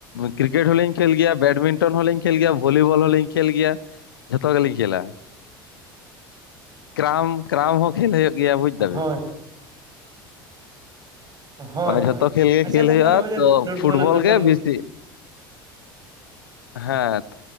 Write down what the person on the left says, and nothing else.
ᱠᱨᱤᱠᱮᱴ ᱦᱚᱞᱤᱧ ᱠᱷᱮᱞ ᱜᱮᱭᱟ, ᱵᱮᱰᱢᱤᱱᱴᱚᱱ ᱦᱚᱞᱤᱧ ᱠᱷᱮᱞ ᱜᱮᱭᱟ, ᱵᱷᱚᱞᱤᱵᱚᱞ ᱦᱚᱞᱤᱧ ᱠᱷᱮᱞ ᱜᱮᱭᱟ᱾ ᱡᱷᱚᱛᱚ ᱜᱮᱞᱤᱧ ᱠᱷᱮᱞᱟ, ᱠᱮᱨᱟᱢ ᱠᱮᱨᱟᱢ ᱦᱚᱸ ᱠᱷᱮᱞ ᱦᱩᱭᱩᱜ ᱜᱮᱭᱟ ᱵᱩᱡ ᱫᱟᱵᱤᱱ᱾
ᱢᱟᱱᱮ ᱡᱷᱚᱛᱚ
ᱠᱷᱮᱞ ᱜᱮ
ᱠᱷᱮᱞ
ᱦᱩᱭᱩᱜᱼᱟ
ᱛᱚ
ᱯᱷᱩᱴᱵᱚᱞ
ᱜᱮ ᱵᱮᱥᱤ᱾ ᱦᱮᱸ